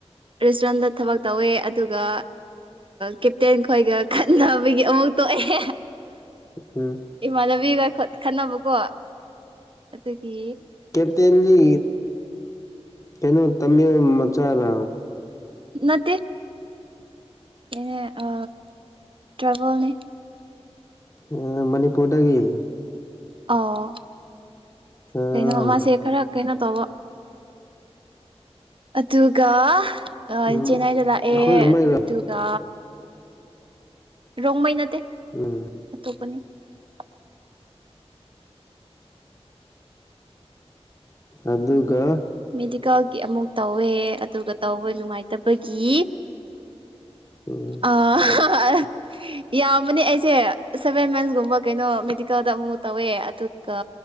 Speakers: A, on the right; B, on the left.
A: ꯔꯦꯁꯇꯨꯔꯦꯟꯗ ꯊꯕꯛ ꯇꯧꯋꯦ ꯑꯗꯨꯒ ꯀꯦꯞꯇꯦꯟ ꯈꯣꯏꯒ ꯈꯠꯅꯕꯒꯤ ꯑꯃꯨꯛ ꯇꯣꯛꯑꯦ
B: ꯎꯝ
A: ꯏꯃꯥꯟꯅꯕꯤꯒ ꯈꯠꯅꯕꯀꯣ ꯑꯗꯨꯒꯤ
B: ꯀꯞꯇꯦꯟꯒꯤ ꯀꯩꯅꯣ ꯇꯃꯦ ꯃꯆꯥꯥ
A: ꯅꯠꯇꯦ ꯀꯅꯦ ꯑ ꯇ꯭ꯔꯥꯕꯦꯜꯅꯤ
B: ꯑ ꯃꯅꯤꯄꯨꯔꯗꯒꯤ
A: ꯑꯣ
B: ꯎꯝ
A: ꯀꯩꯅꯣ ꯃꯥꯁꯦ ꯈꯔ ꯀꯩꯅꯣ ꯇꯧꯕ ꯑꯗꯨꯒ ꯑ
B: ꯑꯩꯈꯣꯏꯔꯣꯝꯃꯩꯔꯣ
A: ꯆꯦꯟꯅꯥꯏꯗ ꯂꯥꯛꯑꯦ ꯑꯗꯨꯒ ꯔꯣꯡꯃꯩ ꯅꯠꯇꯦ
B: ꯎꯝ
A: <inaudible>
B: ꯑꯗꯨꯒ
A: ꯃꯦꯗꯤꯀꯦꯜꯒꯤ ꯑꯃꯨꯛ ꯇꯧꯋꯦ ꯑꯗꯨꯒ ꯇꯧꯋꯦ ꯅꯨꯡꯉꯥꯏꯇꯕꯒꯤ
B: ꯎꯝ
A: ꯑꯥ ꯍꯥꯍꯥ ꯌꯥꯕꯅꯦ ꯑꯩꯁꯦ ꯁꯚꯦꯟ ꯃꯟꯁꯀꯨꯝꯕ ꯀꯩꯅꯣ ꯃꯦꯗꯤꯀꯦꯜꯗ ꯑꯃꯨꯛ ꯇꯧꯋꯦ ꯑꯗꯨ ꯀ